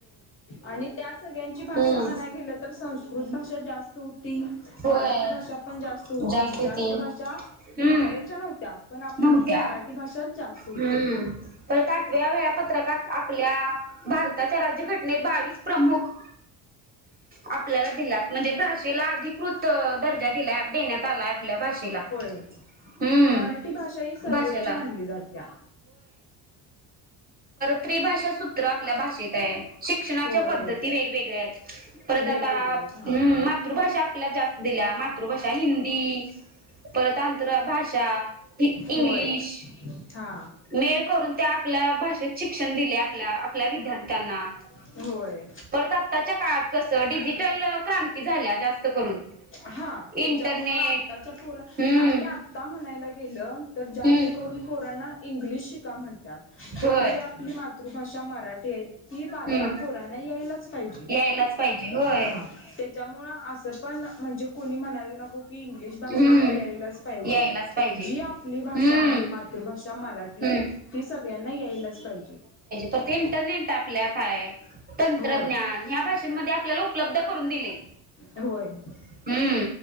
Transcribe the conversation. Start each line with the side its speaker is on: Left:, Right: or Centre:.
Left: आणि त्या सगळ्यांची भाषा
Right: हम्म
Left: म्हणाय गेलं तर संस्कृत भाषा जास्त होती.
Right: होय
Left: मराठी भाषा पण जास्त होती
Right: जास्तीती
Left: जास्त भाषा
Right: हम्म
Left: बाहेर च्या नव्हत्या पण आपली
Right: नव्हत्या
Left: ही मराठी भाषाच जास्त होती.
Right: हम्म परत आठव्या वेळापत्रकात आपल्या भारताच्या राज्यघटनेत बावीस प्रमुख आपल्याला दिल्यात म्हणजे भाषेला अधिकृत दर्जा दिला देण्यात आलाय आपल्या भाषेला.
Left: <unintelligible>
Right: हम्म
Left: मराठी भाषा ही सर्वोच्च
Right: भाषेला
Left: मानली जात्या.
Right: त्री भाषा सु आपल्या भाषेत हाय शिक्षणाच्या
Left: होय
Right: पद्धती
Left: होय
Right: वेगवेगळ्या परत
Left: वेगवेगळे
Right: आता,
Left: आहेत हा
Right: हम्म मातृ भाषा आपल्याला जास्त दिल्या मातृभाषा हिंदी, परतांंत्र भाषा इंग्लिश
Left: होय हा
Right: मेळ करून त्या आपल्या भाषेत शिक्षण दिले आपल्या आपल्या विद्यार्थ्यांना.
Left: होय‌.
Right: परत आत्ताच्या काळात कसं डिजिटल क्रांती झाल्या जास्त करून
Left: हा त्याच्यामुळ
Right: इंटरनेट
Left: आत्ताच्या पोर
Right: हम्म
Left: आणि आता म्हणायला गेलं तर जास्त
Right: हम्म
Left: करूनर इंग्लिश शिका म्हणतात पण
Right: होय
Left: जी आपली मातृभाषा मराठी ते ती बारक्या
Right: हम्म
Left: पोरना यायलाच पाहिजे,
Right: यायलाच पाहिजे होय
Left: हा. त्यामुळं असं पण म्हणजे कोणी म्हणायला नको की इंग्लिश भाषा
Right: हम्म
Left: ही यायलाच पाहिजे
Right: यायलाच पाहिजे
Left: जी आपली भाषा
Right: हम्म
Left: आहे मातृभाषा मराठी
Right: हम्म
Left: ती सगळ्यांना यायलाच पाहिजे.
Right: तर ते इंटरनेट आपल्यात हाय तंत्रज्ञान
Left: होय
Right: ह्या भाषेमध्ये आपल्याला उपलब्ध करून दिले.
Left: होय
Right: हम्म